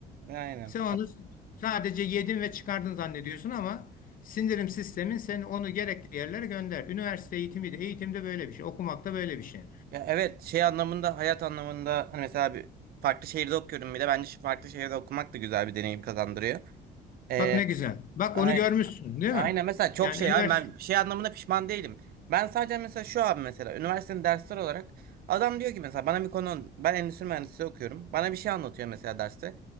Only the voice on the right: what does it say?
Aynen.
Ya evet şey anlamında hayat anlamında hani mesela bir farklı şehirde okuyorum bir de bence şu farklı şehirde okumak da güzel bir deneyim kazandırıyor. Ee,
aynen.
Aynen
mesela çok
şey
abi ben şey anlamında pişman değilim. Ben sadece mesela şu an mesela üniversitenin dersler olarak adam diyor ki mesela bana bir konu ben endüstri mühendisliği okuyorum. Bana bir şey anlatıyor mesela derste.